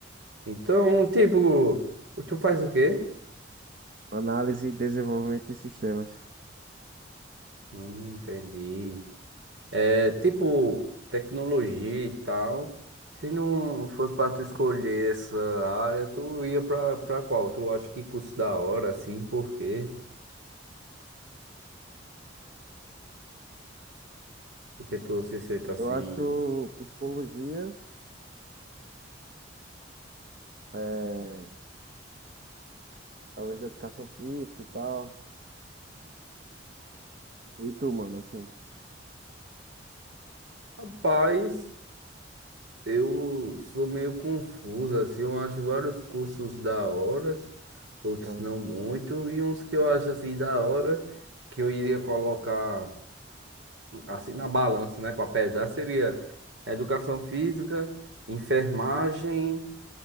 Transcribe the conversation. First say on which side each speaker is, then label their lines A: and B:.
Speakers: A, on the right; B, on the right.
A: Então, tipo, tu faz o quê?
B: análise e desenvolvimento de sistemas.
A: Hum, entendi. É, tipo, tecnologia e tal. Se não fosse pra tu escolher essa área, tu ia pra, pra qual? Tu acha que curso da hora, assim, por quê? Porque tu se sente assim,
B: Eu acho psicologia. é, Talvez educação física e tal. E tu, mano, assim?
A: rapaz. Eu sou meio confuso, assim, eu acho vários cursos da hora, outros
B: né?
A: não muito, e uns que eu acho assim da hora, que eu iria colocar assim na balança, né, para pesar, seria educação física, enfermagem,